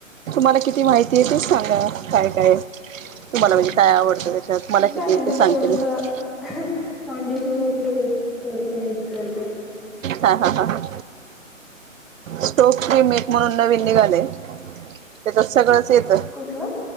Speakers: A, on the right; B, in the centre.
A: तुम्हाला किती माहिती आहे ते सांगा काय काय
B: <inaudible>
A: तुम्हाला म्हणजे काय आवडतं त्याच्यात मला
B: मी
A: किती
B: काय म्हणजे
A: आहे ते सांगते
B: थोडस
A: मी
B: अह फौउंडेशन वगैरे हेच थोडस यूज करते.
A: हा हा ह स्टोक्रीम एक म्हणून नवीण निघाली त्या सगळ येत
B: कुठलं?